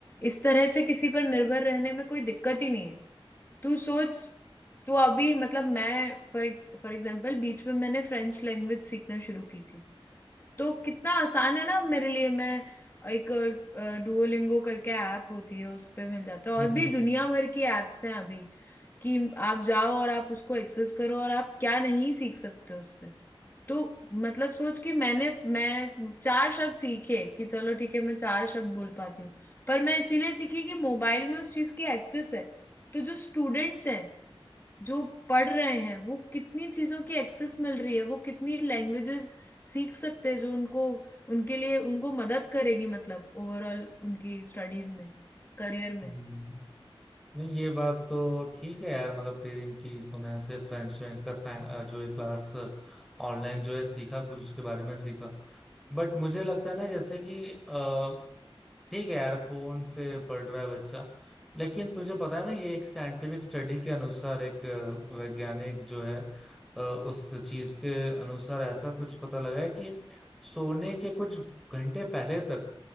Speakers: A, on the left (about 20°); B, in the centre.
A: इस तरह से किसी पर निर्भर रहने में कोई दिक्कत ही नहीं है तू सोच तू अभी मतलब मैं फॉर फॉर एग्जांपल बीच में मैंने फ्रेंच लैंग्वेज सीखना शुरू की थी तो कितना आसान है ना मेरे लिए मैं एक डुओलिंगो करके ऐप होती है उस पे मिल जाता है
B: हम्म
A: और
B: हम्म
A: भी
B: हम्म
A: दुनिया भर की एप्स हैं अभी कि आप जाओ और आप उसको एक्सेस करो और आप क्या नहीं सीख सकते उससे तो मतलब सोच कि मैंने मैं चार शब्द सीखे कि चलो ठीक है मैं चार शब्द बोल पाती हूँ पर मैं इसीलिए सीखी कि मोबाइल में उस चीज की एक्सेस है तो जो स्टूडेंट्स हैं जो पढ़ रहे हैं वो कितनी चीजों की एक्सेस मिल रही है वो कितनी लैंग्वेजेस सीख सकते हैं जो उनको उनके लिए उनको मदद करेगी मतलब ओवरऑल उनकी स्टडीज में करियर
B: हम्म।
A: में
B: नहीं ये बात तो ठीक है यार मतलब तेरी कि तूने ऐसे फ्रेंच फ्रेंच का साइ- अ, जो है क्लास ऑनलाइन जो है सीखा कुछ उसके बारे में सीखा बट मुझे लगता है ना जैसे कि अ, ठीक है यार फोन से पढ़ रहा है बच्चा लेकिन तुझे पता है ना ये एक साइंटिफिक स्टडी के अनुसार एक अ, वैज्ञानिक जो है अ, उस चीज के अनुसार ऐसा कुछ पता लगा है कि सोने के कुछ घंटे पहले तक